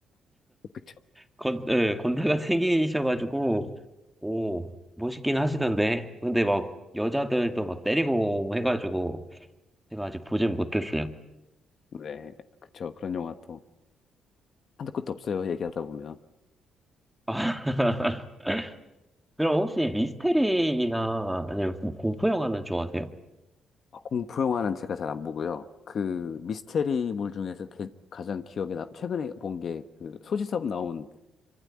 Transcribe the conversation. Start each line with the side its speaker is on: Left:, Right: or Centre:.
Left: 그쵸?
Centre: 건, 예, 건달같이 <laughs> 생기셔가지고, 오, 멋있긴 하시던데. 근데 막, 여자들도 막 때리고 해가지고, 제가 아직 보진 못했어요.
Left: 네, 그쵸. 그런 영화 또. 한도 끝도 없어요. 얘기하다 보면.
Centre: 아, <laughs> 그럼 혹시 미스테리나, 아니면 뭐 공포 영화는 좋아하세요?
Left: 공포 영화는 제가 잘 안 보고요. 그 미스테리물 중에서 게- 가장 기억에 남, 최근에 본 게 그 소지섭 나온